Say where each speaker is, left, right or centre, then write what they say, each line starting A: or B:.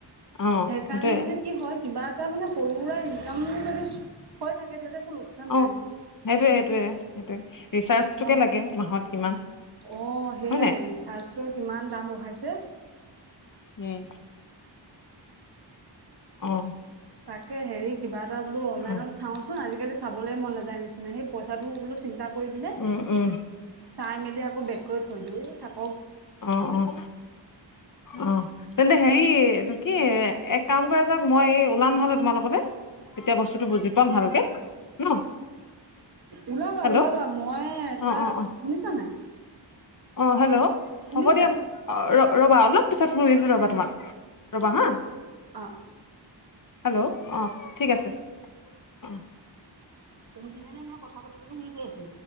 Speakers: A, on the left; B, on the right.
A: অ',
B: সেইকাৰণে
A: সেইটোৱে
B: মানে কি হয়। কিবা এটা মানে সৰু সুৰা ইনকাম যদি হৈ থাকে তেতিয়া একো লোকচান
A: অ',
B: নাই ন।
A: সেইটোৱে- সেইটোয়ে সেইটো ৰিচাৰ্জটোকে
B: কম
A: লাগে মাহত কিমান।
B: অ সেয়াই
A: হয় নাই
B: হেৰি চাৰ্জটোৰ কিমান দাম বঢ়াইছে?
A: উম অ।
B: তাকে হেৰি কিবা এটা বোলো অনলাইনত
A: অ
B: চাওঁচোন আজিকালি চাবলে মন নাযায় যায় নিচিনা সেই পইচাটো বোলো চিন্তা কৰি পিনে,
A: উম উম
B: চাই মেলি আকৌ বেগ কৰি থৈ দিওঁ ই থাক
A: অহ অহ অহ তেন্তে হেৰি এটো কি এক কাম কৰে যাওক মই ওলাম নহলে তোমাৰ লগতে। এতিয়া বস্তুটো বুজি পাম ভালকে ন!
B: ওলাবা-
A: হেল্ল'
B: ওলাবা মই ধৰা
A: অ অ অ
B: শুনিছা নাই?
A: অ হেল্ল'
B: শুনিছা
A: হ'ব দিয়া। ৰ'বা অলপ পিছত ফোন কৰি আছো ৰ'বা তোমাক, ৰ'বা হা।
B: অ অ
A: হেল্ল' অ ঠিক আছে অ
B: তহত দুজনীয়ে মে কথা পাতি পাতি হেই কৰি আছে